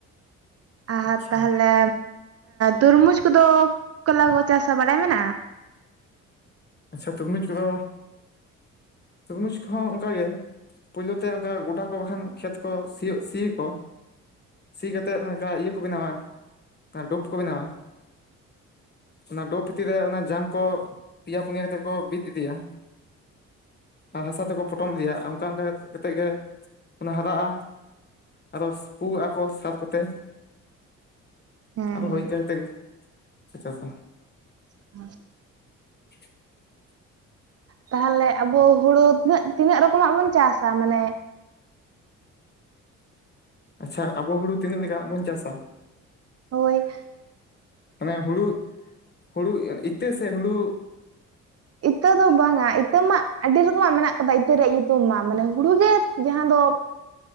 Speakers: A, on the right; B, on the left.
A: ᱟᱨ
B: ᱟᱪᱪᱷᱟ
A: ᱛᱟᱦᱚᱞᱮ ᱛᱩᱨᱢᱩᱡᱽ ᱠᱚᱫᱚ ᱚᱠᱟ ᱞᱮᱠᱟ ᱠᱚ ᱪᱟᱥᱟ ᱵᱟᱲᱟᱭ ᱢᱮᱱᱟᱜᱼᱟ
B: ᱟᱪᱪᱷᱟ ᱛᱩᱨᱢᱩᱡᱽ ᱠᱚᱫᱚ ᱛᱩᱨᱢᱩᱡᱽ ᱠᱚᱦᱚᱸ ᱚᱱᱠᱟ ᱜᱮ ᱯᱩᱭᱞᱩ ᱛᱮ ᱚᱱᱠᱟ ᱜᱚᱰᱟ ᱠᱚ ᱵᱟᱠᱷᱟᱱ ᱠᱷᱮᱛ ᱠᱚ ᱥᱤᱭᱳᱜ ᱥᱤᱭᱟᱠᱚ ᱥᱤ ᱠᱟᱛᱮᱫ ᱚᱱᱠᱟ ᱤᱭᱟᱹ ᱠᱚ ᱵᱮᱱᱟᱣᱟ ᱚᱱᱟ ᱰᱳᱯ ᱠᱚ ᱵᱮᱱᱟᱣᱟ ᱚᱱᱟ ᱰᱳᱵ ᱵᱷᱤᱛᱤᱨ ᱨᱮ ᱚᱱᱟ ᱡᱟᱝ ᱠᱚ ᱯᱮᱭᱟ ᱯᱩᱱᱭᱟᱹ ᱠᱟᱛᱮᱫ ᱠᱚ ᱵᱤᱫ ᱤᱫᱤᱭᱟ ᱟᱨ ᱦᱟᱥᱟ ᱛᱮᱠᱚ ᱯᱚᱴᱚᱢ ᱤᱫᱤᱭᱟ ᱟᱨ ᱚᱱᱠᱟ ᱚᱱᱠᱟ ᱠᱟᱛᱮᱫ ᱜᱮ ᱚᱱᱟ ᱦᱟᱨᱟᱜᱼᱟ ᱟᱨᱚ ᱯᱩᱣᱟᱜᱼᱟᱠᱚ ᱥᱟᱨ ᱠᱚᱛᱮ
A: ᱦᱮᱸ
B: ᱟᱫᱚ
A: ᱦᱮᱸ
B: ᱦᱳᱭ ᱤᱱᱠᱟᱹ ᱠᱟᱛᱮ ᱜᱮ ᱪᱟᱥ ᱟ
A: <inaudible>
B: <unintelligible>
A: ᱛᱟᱦᱚᱞᱮ ᱟᱵᱚ ᱦᱩᱲᱩ ᱛᱤᱱᱟᱹᱜ ᱛᱤᱱᱟᱹᱜ ᱨᱚᱠᱚᱢᱟᱜ ᱵᱚᱱ ᱪᱟᱥᱟ ᱢᱟᱱᱮ
B: ᱟᱪᱪᱷᱟ ᱟᱵᱚ ᱦᱩᱲᱩ ᱛᱤᱱᱟᱹᱜ ᱞᱮᱠᱟᱱ ᱵᱚᱱ ᱪᱟᱥᱟ
A: ᱦᱳᱭ
B: ᱢᱟᱱᱮ ᱦᱩᱲᱩ ᱦᱩᱲᱩ ᱤᱛᱟᱹ ᱥᱮ ᱦᱩᱲᱩ
A: ᱤᱛᱟᱹ ᱫᱚ ᱵᱟᱝᱟ ᱤᱛᱟᱹ ᱢᱟ ᱟᱹᱰᱤ ᱨᱚᱠᱚᱢᱟᱜ ᱢᱮᱱᱟᱜ ᱠᱟᱫᱟ ᱤᱛᱟᱹ ᱨᱮᱭᱟᱜ ᱧᱩᱛᱩᱢ ᱢᱟ ᱢᱟᱱᱮ ᱦᱩᱲᱩ ᱜᱮ ᱡᱟᱦᱟᱸ ᱫᱚ